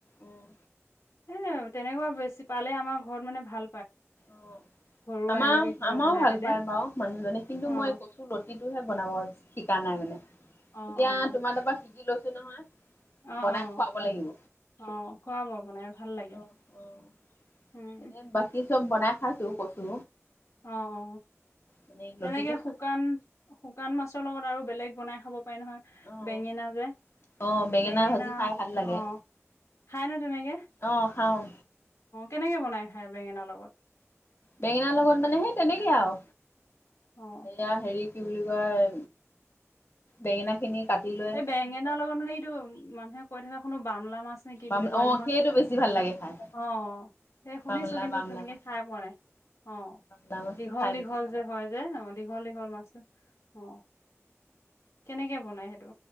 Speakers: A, on the left; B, on the left.
A: উম,
B: সেই তেনেকুৱা বেছি পালে আমাক ঘৰত মানে ভাল
A: অ',
B: ঘৰুৱা
A: আমাৰ
B: এনেকে কিবা
A: আমাৰো
B: বনাই
A: ভাল
B: দিলে
A: পায় বাৰু মানুহজনে কিন্তু
B: অ'
A: মই কচু লতিটোহে বনাব শি কা নাই মানে।
B: অ' অ' <unintelligible>
A: এতিয়া তোমাৰ তাৰপৰা শিকি লৈছো নহয়
B: অ'
A: বনাই
B: অ',
A: খুৱাব লাগিব
B: অ' খুৱাব বনাই ভাল লাগে।
A: অ', অ'।
B: উম,
A: এনে বাকী চব বনাই খাইছো কচু
B: অ অ
A: মানে লতিটো
B: তেনেকে
A: খা
B: শুকান শুকান মাছৰ লগত আৰু বেলেগ বনাই খাব নহয়
A: অ',
B: বেঙেনা যে
A: অ',
B: বেঙেনা
A: ভাজি খাই ভাল লাগে
B: অ খায়নে তেনেকে
A: অ', খাওঁ
B: কেনেকে বনাই খায় বেঙেনাৰ লগত
A: বেঙেনাৰ লগত মানে সেই তেনেকে আৰু
B: অ',
A: এয়া হেৰি কি বুলি কয় বেঙেনা খিনি কাটি লৈ
B: এই বেঙেনা লগত মানে এইটো মানুহে কৈ থাকা শুনো বামলা মাছ নে কি
A: বাম
B: বুলি কয়
A: অ',
B: নহয়
A: সেইটো বেছি ভাল লাগে খাই
B: আহ সেই শুনিছো
A: বামলা
B: কিন্তু
A: বামলা
B: তেনেকে
A: মাছ
B: খাই পোৱা নাই অ
A: বাংলা মাছটো
B: দীঘল
A: খাই
B: দীঘল
A: বেছি ভাল
B: যে হয় যে অ দীঘল দীঘল মাছটো অ কেনেকে বনাই সেইটো